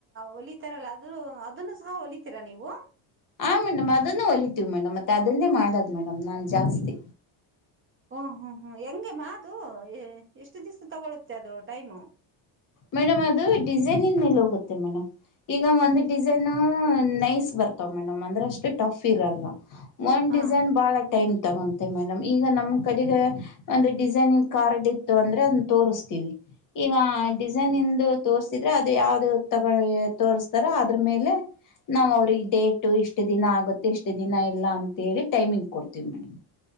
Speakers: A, on the right; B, on the left.
A: ಹೊಲಿತಾರಲ್ಲ ಅ ಅದುನ್ನು ಸಹ ಹೋಲಿತಿ. ತಿರಾ ನೀವು.
B: ಹ ಮೇಡಮ್ ಅದುನ್ನು ಹೊಲಿತೀವಿ ಮೇಡಮ್ ಮತ್ತ ಅದನ್ನೇ ಮಾಡದು ಮೇಡಮ್ ನಾನ್ ಜಾಸ್ತಿ.
A: ಓ ಹ್ಮ್ ಹ್ಮ್ ಹ್ಮ್ ಹೆಂಗೆ ಮಾ ಅದು ಎಷ್ಟ ದಿವ್ಸ ತಗೊಳ್ಳುತ್ತೆ ಅದು ಟೈಮು.
B: ಮೇಡಮ್ ಅದು ಡಿಸೈನೀನ್ ಮೇಲ ಹೋಗುತ್ತೆ ಮೇಡಮ್. ಈಗ ಒಂದ್ ಡಿಸೈನ್ ನೈಸ್ ಬರ್ತವ ಮೇಡಮ್ ಅಂದ್ರ ಅಷ್ಟ ಟಫ್ ಇರಲ್ಲ. ಒನ್
A: ಹಾ
B: ಡಿಸೈನ್
A: ಹಾ
B: ಬಾಳ ಟೈಮ್. ತಗೊಂತೆೆ ಮೇಡಮ್ ಈಗ ನಮ್ ಕಡೆಗೆ ಒಂದು ಡಿಸೈನಂಗ್ ಕಾರ್ಡ್ ಇತ್ತು ಅಂದ್ರೆ ಅದನ್ನ ತೋರಿಸ್ತೀವಿ. ಈಗ.
A: ಹಾ
B: ನಿಂದು ತೋರ್ಸಿದ್ರೆ ಅದು ಯಾವದೇ ತೋರ್ಸ್ತಾರ ಅದ್ರ ಮೇಲೆ. ನಾವ್ ಅವ್ರಿಗೆ ಡೇಟು ಇಷ್ಟು ದಿನ ಆಗುತ್ತೆ ಎಷ್ಟು ದಿನ ಇಲ್ಲ ಅಂತೇಳಿ ಟೈಮಿಂಗ್ ಕೊಡ್ತೀವಿ ಮೇಡಮ್.